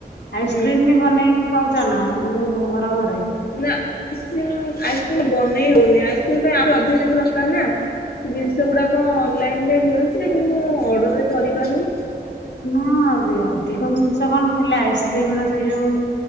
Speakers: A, on the left; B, on the left.
A: ଆଇସ୍କ୍ରିମ
B: ହୁଁ
A: ବି ବନେଇକି ହଉଛ ନା ଯୋଉ ଗରମରେ
B: ନା ଆଇକ୍ର ଆଇସ୍କ୍ରିମ ବନେଇ ହଉନି ଆଇସ୍କ୍ରିମ ପାଇଁ ଆହୁରି ଅଧିକ ଜିନିସ ଦରକାର ନା । ସେ ଜିନିଷ ଗୁଡାକ ଅନଲାଇନରେ ମିଳୁଛି ଯେ ମୁଁ ଅର୍ଡର ରେ କରିପାରୁନି ।
A: ନା ଅବି ଅନ। ଅଧିକ ଜିନିଷ କଣ ଖାଇଲେ ଆଇସ୍କ୍ରିମ ର ସେଇ ଯୋଉ